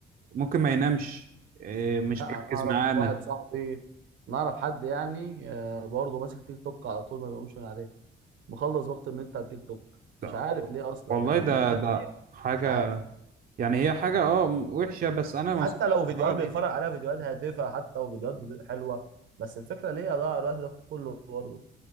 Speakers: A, on the right; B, on the right.
A: ممكن ما ينامش آه، مش
B: لا
A: مركز
B: انا اعرف
A: معانا
B: واحد صاحبي نعرف حد يعني آه، برضه ماسك تيك توك على طول ما بيقومش من عليه مخلص وقت النت على التيك توك
A: ده-
B: مش عارف ليه اصلا
A: والله
B: يعني
A: يا عم ده
B: بيستفاد
A: ده
B: ايه
A: ده حاجة
B: مش عارف
A: يعني هي حاجة اه وحشة بس أنا
B: حتى
A: ما وصلتش
B: لو فيديوهات
A: للمرحلة
B: بيتفرج
A: دي
B: عليها فيديوهات هادفه حتى وفيديوهات حلوه بس الفكره ليه اضيع الوقت ده كله برضه